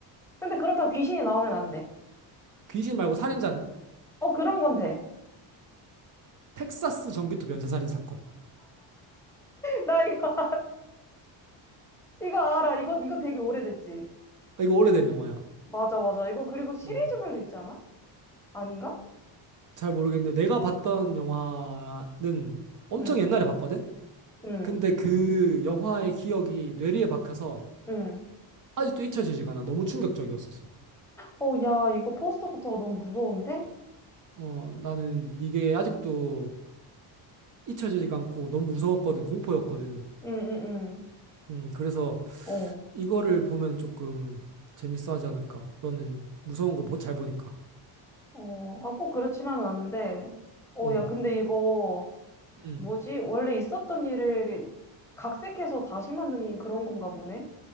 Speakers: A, in the centre; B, on the right.
A: 근데 그렇다고 귀신이 나오면 안 돼.
B: 귀신 말고 살인자는?
A: 어, 그런 건 돼.
B: 텍사스 전기톱 연쇄살인 사건.
A: <laughs> 나 이거, 이거 알아. 이거, 이거 되게 오래됐지.
B: 아, 이거 오래된 영화야.
A: 맞아, 맞아. 이거 그리고 시리즈별로
B: 어,
A: 있지 않아? 아닌가?
B: 잘 모르겠는데 내가 봤던 영화는 엄청
A: 응,
B: 옛날에 봤거든?
A: 응,
B: 근데 그 영화의 기억이 뇌리에 박혀서
A: 응.
B: 아직도 잊혀지지가 않아. 너무 충격적이었어서.
A: 어, 야, 이거 포스터부터가 너무 무서운데?
B: 어, 나는 이게 아직도 잊혀지지가 않고 너무 무서웠거든. 공포였거든.
A: 응, 응,
B: 음, 그래서
A: 응. 어,
B: 이거를 보면 조금 재밌어 하지 않을까. 너는 무서운 거 잘 보니까.
A: 어, 아, 꼭 그렇지만은 않은데. 어,
B: 음,
A: 야, 근데 이거,
B: 음.
A: 뭐지? 원래 있었던 일을 각색해서 다시 만든 그런 건가 보네?